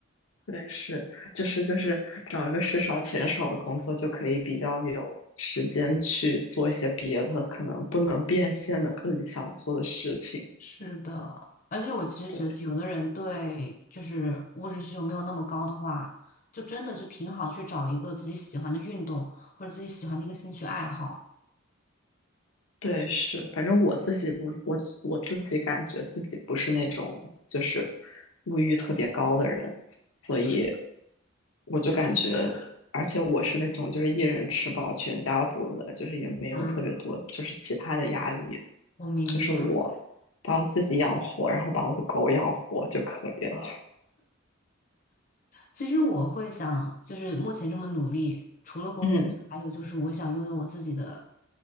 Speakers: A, on the left; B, on the left.
A: 对，是，就是就是找一个事少钱少的工作，就可以比较有时间去做一些别的，可能不能变现的自己想做的事情。
B: 是的，而且我其实觉得，
A: 对。
B: 有的人对就是物质需求没有那么高的话，就真的就挺好去找一个自己喜欢的运动或者自己喜欢的一个兴趣爱好。
A: 对，是，反正我自己不，我我自己感觉自己不是那种就是物欲特别高的人，所以我就感觉，而且我是那种就是一人吃饱全家不饿，就是也没有特别多就是其他的压力，
B: 啊，我明白。
A: 就是我把我自己养活，然后把我的狗养活就可以了。
B: 其实我会想，就是目前这么努力，除了工资，
A: 嗯
B: 还有就是我想拥有我自己的